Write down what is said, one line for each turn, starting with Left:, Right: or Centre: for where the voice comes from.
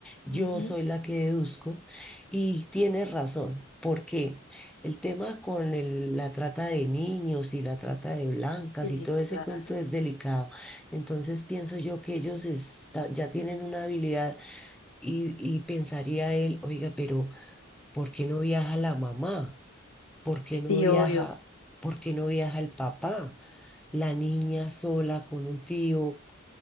Centre: Yo
Left: Ujú.
Centre: soy la que deduzco y tiene razón. Porque el tema con el- la trata de niños y la trata de blancas
Left: Sí,
Centre: y todo ese
Left: claro.
Centre: cuento es delicado. Entonces pienso yo que ellos está- ya tienen una habilidad y, y pensaría él, oiga, pero ¿por qué no viaja la mamá? ¿Por qué no
Left: Sí,
Centre: viaja,
Left: obvio.
Centre: por qué no viaja el papá? La niña sola con un tío,